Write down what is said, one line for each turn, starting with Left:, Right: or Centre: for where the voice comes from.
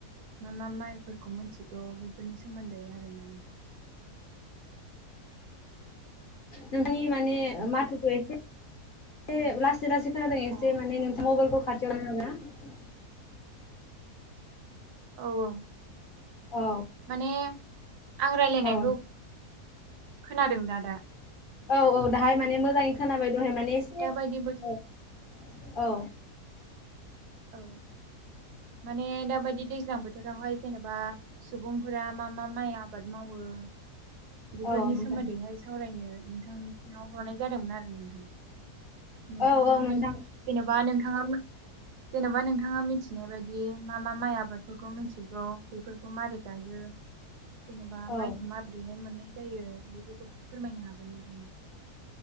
Right: मा मा माइफोरखौ मोनथिगौ बेफोरनि सोमोन्दै आरोना नोंथां
Left: नोंथांनि
Right: जेनेबा
Left: माने माथोखो एसे ए लासै लासै खोनादों एसे
Right: अ
Left: माने नोंथां मबाइलखौ खाथियावनो थानो हागोना?
Right: ए। औ औ।
Left: ना औ
Right: माने आं राय्लायनायखौ
Left: औ
Right: खोनादों दा दा?
Left: औ औ दाहाय माने मोजाङै खोनाबाय दहाय माने एसे
Right: दाबायदि
Left: औ।
Right: बोथोर
Left: औ।
Right: औ। माने दाबायदि दैज्लां बोथोरावहाय जेनेबा सुबुंफोरा मा मा माइ आबाद मावो ओ बेफोरनि
Left: औ नोंथां
Right: सोमोन्दैहाय सावरायनो नोंथांनाव हरनाय जादोंमोन आरो नोंथां। नोंथांमोन
Left: औ औ नोंथां
Right: जेन'बा नोंथाङा मोन जेन'बा नोंथाङा मिथिनाय बायदि मा मा माइ आबादफोरखौ मिथिगौ बेफोरखौ मारै गायो जेनेबा माइखौ
Left: औ
Right: माब्रैहाय माने जायो बेफोरखौ फोरमायनो हागोन नोंथाङा‍?